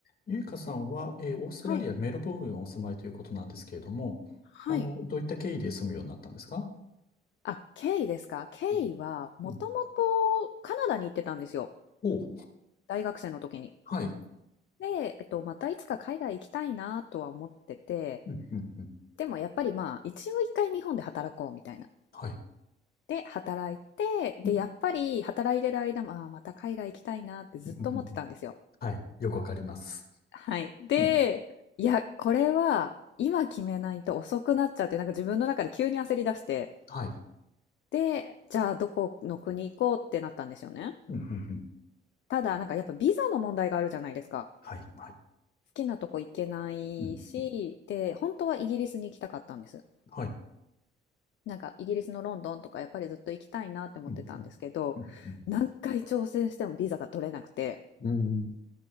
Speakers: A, on the left; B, on the left.
A: ゆいかさんは、えーオーストラリア・
B: はい、
A: メルボルンにお住まいということなんですけれども、
B: はい。
A: あの、どういった経緯で住むようになったんですか
B: あ、ケイですか。ケイはもともとカナダに行ってたんですよ。
A: うんうんおう、
B: 大学生の時に。
A: はい。
B: で、えっと、またいつか海外行きたいなとは思ってて、
A: うんうんうん
B: でもやっぱりまあ一応一回日本で働こうみたいな。
A: はい。
B: で、働いて、で、
A: <laughs> うん
B: やっぱり働いてる間も、ああ、また海外行きたいなってずっと思ってたんですよ。
A: うんうんうんはい。よくわかります。
B: はい。で、
A: うん。
B: いや、これは今決めないと遅くなっちゃって、なんか自分の中で急に焦り出して、
A: はい。
B: で、じゃあどこの国行こうってなったんですよね。
A: うんうんうん
B: ただ、なんかやっぱビザの問題があるじゃないですか。
A: はい。はい。
B: 好きなとこ行けないし、
A: うん。
B: で、本当はイギリスに行きたかったんです。
A: はい。
B: なんかイギリスのロンドンとかやっぱりずっと行きたいなって思ってたんですけど、
A: うんうん
B: 何回挑戦してもビザが取れなくて、
A: うんうん